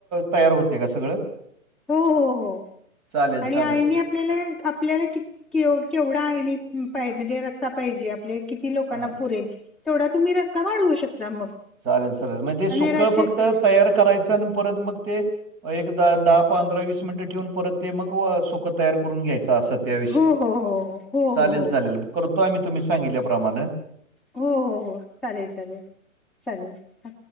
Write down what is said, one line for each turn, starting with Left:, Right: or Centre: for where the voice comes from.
Right: तयार होते का सगळं?
Centre: हो हो हो
Right: चालेल
Centre: आणि
Right: चालेल
Centre: आळणी
Right: च
Centre: आ केलेले आपल्याला की केवढा आळणी पा म्हणजे रस्सा पाहिजे आपले की ती लोकांना
Right: हां
Centre: पुरेल तेवढा तुम्ही रस्ता वाढ होऊ शकता मग
Right: चालेल चालेल मग ते
Centre: आणि
Right: सुकं
Centre: रस्सा
Right: फक्त तयार करायचं आणि परत मग ते एकदा दहा पंधरा वीस मिनिटं ठेवून परत ते मग सुख तयार करून घ्यायचं असत. त्या विषयी
Centre: हो हो हो हो
Right: चालेल
Centre: हो हो
Right: चालेल करतो आम्ही तुम्ही सांगितल्याप्रमाणे
Centre: हो हो हो चालेल चालेल चालेल. हा.